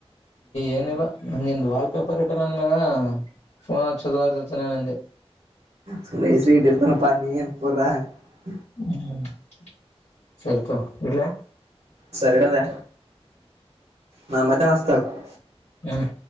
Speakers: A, on the left; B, on the right.
A: ಏನಿಲ್ಲ ನಂ ನಿಂದು ವಾಲ್ಪೇಪರ್ ರಿಟರ್ನ್ ಅಂದಮ್ಯಾಗ ಫೋನ್ ಹ ಚದರ್ತನೆಗೆ <unintelligible>
B: ಸ ಸ್ವೀಟ್ರ್ತನಪ್ಪ ನೀ ಅನ್ಬ್ರಾ <unintelligible>
A: ಹ್ಮ್ <unintelligible> ಸರಿ ತಗೋ ಇಡಲ್ಯ
B: ಸರಿ ಇಡಾದಿ ನಾ ಮಧ್ಯಾನ ಹಚ್ಚಾತಿನಿ ತಗೋ
A: ಹ್ಮ್